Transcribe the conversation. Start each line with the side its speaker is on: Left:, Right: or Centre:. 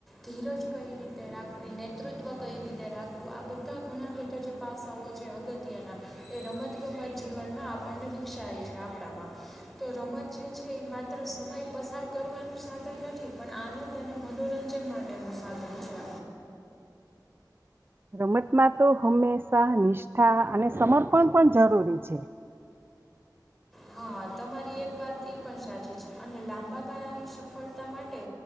Centre: ધીરજ કઈ રીતે રાખવી નેતૃત્વ કઈ રીતે રાખવું આ બધા ઘણા બધા જે પાસાઓ છે અગત્યના એ રમતગમત જીવનમાં આપણને વિકસાય છે આપણામાં તો રમત જે છે એ માત્ર સમય પસાર કરવાનું સાધન નથી પણ આનંદ અને મનોરંજન માટેનું સાધન છે
Right: રમતમાં તો હંમેશા નિષ્ઠા અને સમર્પણ પણ જરૂરી છે
Centre: હા તમારી એક વાત એ પણ સાચી છે અને લાંબા ગાળાની સફળતા માટે